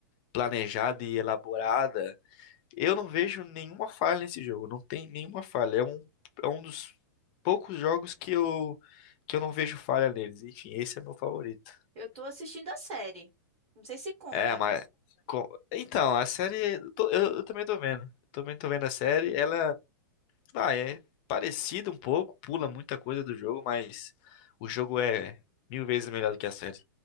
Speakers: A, on the left; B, on the right.
A: planejada e elaborada. Eu não vejo nenhuma falha nesse jogo, não tem nenhuma falha. É um, é um dos poucos jogos que eu, que eu não vejo falha neles. Enfim, esse é meu favorito.
B: Eu tô assistindo a série. Não sei se conta.
A: É, mas. co- Então, a série. Eu, tô- eu- eu também tô vendo. Também tô vendo a série. Ela. Ah, é parecida um pouco, pula muita coisa do jogo, mas o jogo é mil vezes melhor do que a série.